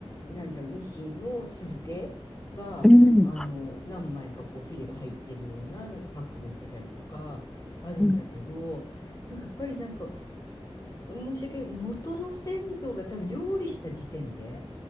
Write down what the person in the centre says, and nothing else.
うん。
うん、